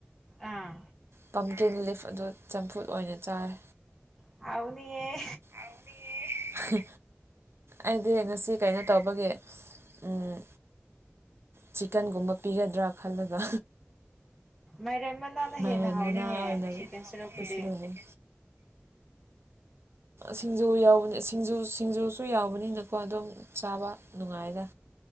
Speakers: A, in the centre; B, on the right.
A: ꯑꯥ
B: ꯄꯝꯇꯤꯟ ꯂꯤꯐ ꯑꯗꯨ ꯆꯝꯐꯨꯠ ꯑꯣꯏꯅ ꯆꯥꯔꯦ
A: ꯍꯥꯎꯅꯤꯌꯦ
B: ꯍꯥꯎꯅꯤꯌꯦ ꯍꯥ ꯑꯩꯗꯤ ꯉꯁꯤ ꯀꯩꯅꯣ ꯇꯧꯕꯒꯤ ꯎꯝ ꯆꯤꯛꯀꯟꯒꯨꯝꯕ ꯄꯤꯒꯗ꯭ꯔꯥ ꯈꯜꯂꯒ
A: ꯃꯥꯏꯔꯦꯟ ꯃꯅꯥꯅ
B: ꯃꯥꯏꯔꯦꯟ
A: ꯍꯦꯟꯅ ꯍꯥꯎꯅꯤꯍꯦ
B: ꯃꯅꯥ ꯑꯣꯏꯅ
A: ꯆꯤꯛꯀꯦꯟ ꯁꯔꯨꯛꯄꯨꯗꯤ
B: ꯄꯤꯁꯤꯜꯂꯦ ꯁꯤꯡꯖꯨ ꯌꯥꯎꯕꯅꯤ ꯁꯤꯡꯖꯨ ꯁꯤꯡꯖꯨꯁꯨ ꯌꯥꯎꯕꯅꯤꯅꯀꯣ ꯑꯗꯨꯝ ꯆꯥꯕ ꯅꯨꯡꯉꯥꯏꯗ